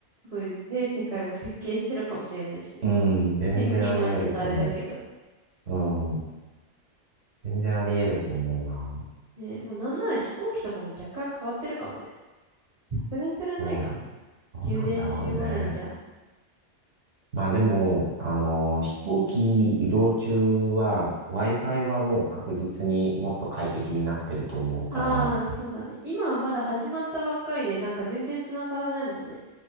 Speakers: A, on the right; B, on the right.
A: ごい全世界を席巻してるかもしれないしね。
B: うん、全然あり得ると思
A: <laughs> 今はちょっとあれだけど。
B: う。うん、全然あり得ると思うな。
A: ね、もうなんなら飛行機とかも若干変わってるかもね。さすがにそれはないか。
B: もう、どうなんだろうね。
A: 10年、15年じゃ。
B: まあでも、あの、飛行機移動中は Wi-Fi はもう確実にもっと快適になってると思うから、
A: ああ、そうだね。今はまだ始まったばっかりで、なんか全然繋がらないもんね。